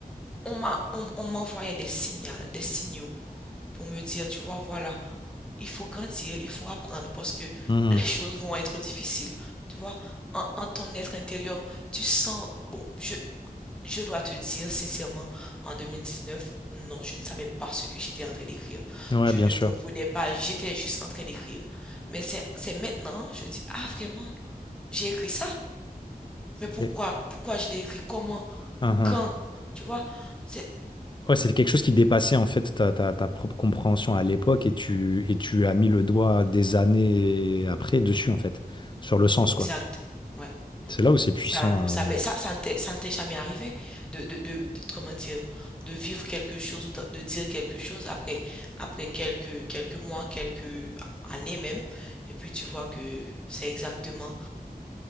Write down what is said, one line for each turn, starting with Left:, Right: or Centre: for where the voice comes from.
Centre: on m'a, on, on m'envoyait des signaux, des signaux pour me dire, tu vois, voilà, il faut grandir, il faut apprendre parce que
Left: Mhm.
Centre: les choses vont être difficiles. Tu vois, en, en ton être intérieur, tu sens, bon, je, je dois te dire sincèrement, en 2019, non, je ne savais pas ce que j'étais en train d'écrire.
Left: Mhm. Ouais,
Centre: Je
Left: bien
Centre: ne
Left: sûr.
Centre: comprenais pas, j'étais juste en train d'écrire. Mais c'est, c'est maintenant, je dis, ah vraiment, j'ai écrit ça? Mais pourquoi,
Left: Et...
Centre: pourquoi je l'ai écrit? Comment?
Left: Mhm.
Centre: Quand? Tu vois? C'est,
Left: Ouais, c'était quelque chose qui dépassait en fait ta, ta- ta propre compréhension à l'époque et tu, et tu as mis le doigt des années après dessus en fait, sur le sens
Centre: exact.
Left: quoi.
Centre: Ouais.
Left: C'est là où c'est puissant.
Centre: C'est un peu ça,
Left: euh.
Centre: mais ça, ça ne t'est, ça ne t'est jamais arrivé de, de, de, de- comment dire, de vivre quelque chose ou de, de dire quelque chose après, après quelques, quelques mois, quelques années même, et puis tu vois que c'est exactement.